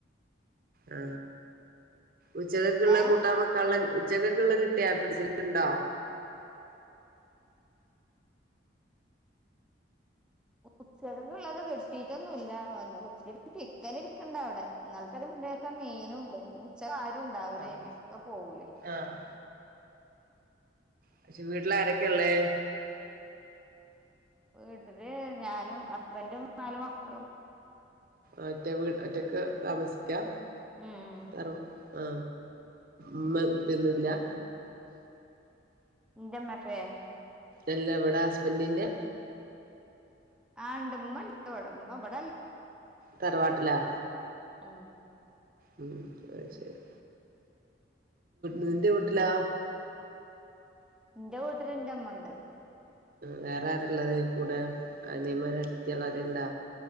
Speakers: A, on the right; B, in the centre.
A: ആ ഉച്ച കെക്ക് ളള
B: ഏഹ്
A: കൂട്ടാൻ വെക്കാള്ള ഉച്ചക ക്ളത് കിട്ടിയ ഫ്രിഡ്ജില്ണ്ടാ?
B: ഉച്ചക ക്ള്ളത് ബെഡ്ഷീറ്റൊന്നുല്ല ചിക്കനിരിക്കിണ്ടവിടെ ഇന്നലെ ത്തൊരു ലേസം മീനുണ്ട് ഉച്ചക്കാരൂണ്ടാവൂലയ്ന്
A: ആഹ്
B: ഒക്കെ പോവൂലെ?
A: ആഹ് പക്ഷെ വീട്ടില ആരൊക്കേള്ളേ?
B: വീട്ടില് ഞാനും ഹസ്ബൻറും നാല മക്കളും.
A: ഒറ്റ വീട് ഒറ്റക്ക് താമസിക്കാ
B: ഉം
A: വേറെ ആ ഉമ്മേ ഉപ്പേന്നുല്ലാ?
B: ന്റെമ്മേ പ്പേ?
A: ഇല്ല ഇവിടെ ഹസ്ബന്റിന്റെ.
B: ആണ്ടമ്മ ണ്ടിവിടെ ഇമ്മ ഇവി
A: തറവാട്ടിലാ?
B: ആ
A: ആ അ ത്ശരി നിന്റെ വീട്ടിലാ?
B: ന്റെ വീട്ടില് ന്റെമ്മണ്ട്.
A: വേറെ ആരാള്ളത് കൂടെ അനിയൻമാരോ ഏട്ടത്തിയാളോ ആരേലുണ്ടാ?